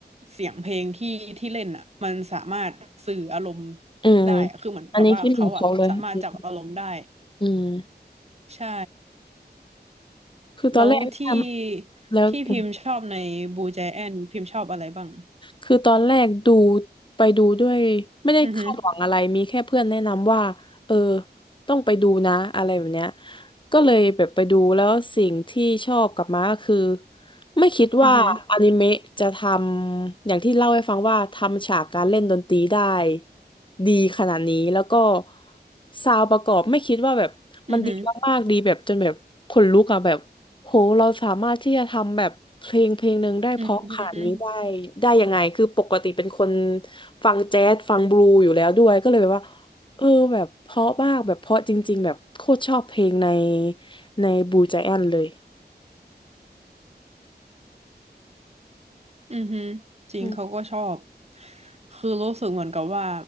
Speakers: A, on the right; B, on the left.
A: เสียงเพลงที่ที่เล่นอ่ะมันสามารถสื่ออารมณ์
B: ๆอืม
A: ได้อะคือเหมือนกับว่าเขาอ่ะสามารถจับอารมณ์ได้
B: อันนี้คิดเหมือนเขาเลยอืมอืม
A: ใช่
B: คือตอนแรกทำแล้วอืม
A: แล้วที่ที่พิมพ์ชอบในบูแจแอนพิมพ์ชอบอะไรบ้าง
B: คือตอนแรกดูไปดูด้วยไม่ได้คาดหวังอะไรมีแค่เพื่อนแนะนำว่าเออ
A: อือฮึ
B: ต้องไปดูนะอะไรแบบเนี้ยก็เลยแบบไปดูแล้วสิ่งที่ชอบกลับมาก็คือ ไม่คิดว่าอนิเมะจะทำอย่างที่เล่าให้ฟังว่าทำฉากการเล่นดนตรีได้
A: อือฮึ
B: ดีขนาดนี้แล้วก็ซาวด์ประกอบไม่คิดว่าแบบมันดีมากๆดีแบบจนแบบขนลุกอะแบบโหเราสามารถที่จะทำแบบเพลงเพลงหนึ่งได้เพราะขนาดนี้ได้
A: อือฮึอือฮึ
B: ได้ยังไงคือปกติเป็นคนฟังแจ๊สฟังบลูอยู่แล้วด้วยก็เลยแบบว่าเออแบบเพราะมากแบบเพราะจริงๆแบบโคตรชอบเพลงในในบลูไจแอนเลย
A: อือฮึจริงเขาก็ชอบ
B: อืม
A: คือรู้สึกเหมือนกับว่า